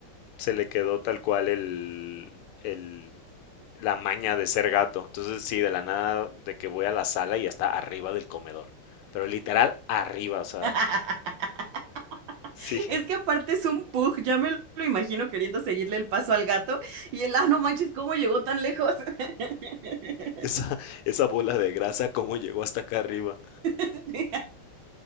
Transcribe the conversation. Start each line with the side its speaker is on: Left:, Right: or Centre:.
Left: se le quedó tal cual el, el- la maña de ser gato. Entonces, sí, de la nada, de que voy a la sala y está arriba del comedor. Pero literal, arriba, o sea,
Right: <laughs>
Left: sí.
Right: Es
Left: <laughs>
Right: que aparte es un pug, ya me lo imagino queriendo seguirle el paso al gato y el, ah, no manches, ¿cómo llegó tan lejos? <laughs>
Left: Esa, esa bola de grasa, ¿cómo llegó hasta acá arriba?
Right: Sí,